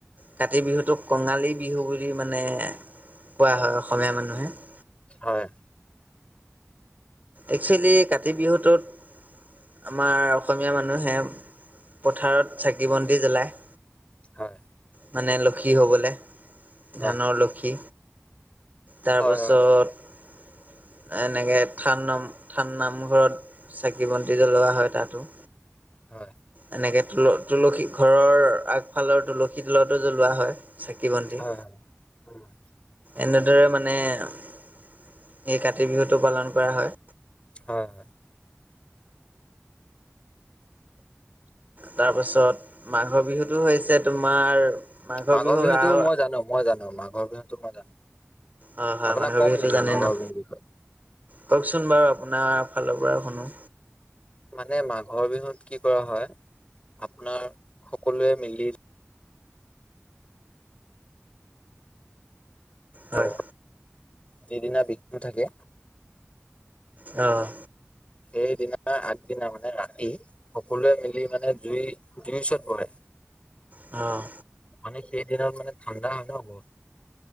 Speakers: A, on the right (about 40°); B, on the left (about 25°).
A: কাতি বিহুটোক কঙালী বিহু বুলি মানে কোৱা হয় অসমীয়া মানুহে। <unintelligible>
B: হয়।
A: একচুৱেলি কাতি বিহুটোত- আমাৰ অসমীয়া মানুহে পথাৰত চাকি-বন্তি জ্বলায়
B: হয়
A: মানে লক্ষী হ'বলে।
B: হয়
A: ধানৰ লক্ষী তাৰপাছত
B: হয় হয় হয়
A: এনেকে থান নম থান নামঘৰত চাকি বন্তি জ্বলোৱা হয় তাতো।
B: হয়
A: এনেকে তুল তুলসী ঘৰৰ আগফালৰ তুলসী তলতো জ্বলোৱা হয়। চাকি বন্তি
B: হয় হয় হয়।
A: এনেদৰে মানে এই কাতি বিহুটো পালন কৰা হয়।
B: হয়
A: তাৰপাছত মাঘৰ বিহুটো হৈছে তোমাৰ
B: মাঘৰ
A: বিহুক
B: বিহুতো
A: আহ
B: মই জানো, মই জানো মাঘৰ বিহুতো মই জানো
A: হয় হয়
B: আপোনাক
A: মাঘৰ
B: ক'ম
A: বিহুটো
B: নেকি
A: জানে
B: মাঘৰ
A: ন
B: বিহুৰ বিষয়ে?
A: কওকচোন বাৰু আপোনাৰ ফালৰ পৰা শুনো।
B: মানে মাঘৰ বিহুত কি কৰা হয়, আপোনাৰ সকলোৱে মিলি-
A: হয়
B: অ যিদিনা বিহু থাকে
A: অ
B: সেইদিনা আগদিনা মানে ৰাতি সকলোৱে মিলি মানে জুই, জুইৰ ওচৰত বহে।
A: অ'
B: মানে সেই দিনত মানে ঠাণ্ডা হয় ন বহুত